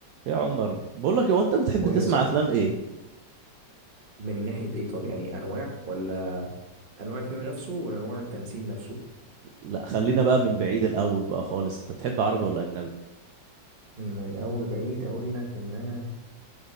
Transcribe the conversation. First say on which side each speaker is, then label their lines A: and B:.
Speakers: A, on the right (about 70°); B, on the right (about 35°).
A: يا عمر بقول لك هو انت بتحب
B: قول
A: تسمع
B: لي يا صاحبي
A: افلام ايه
B: من ناحية ايه طب يعني انواع ولا انواع الفيلم نفسه ولا انواع التمثيل نفسه
A: لا خلينا بقى من بعيد الاول بقى خالص انت بتحب عربي ولا اجنبي
B: من اول بعيد اقول لك ان انا